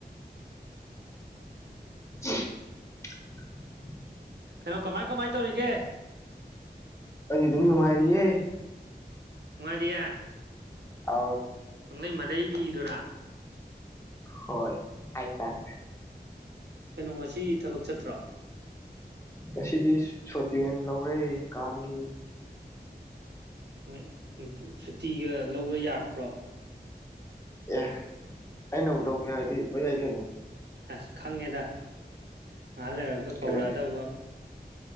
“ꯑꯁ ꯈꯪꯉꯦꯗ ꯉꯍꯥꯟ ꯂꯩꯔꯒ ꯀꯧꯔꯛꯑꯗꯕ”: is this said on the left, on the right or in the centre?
Right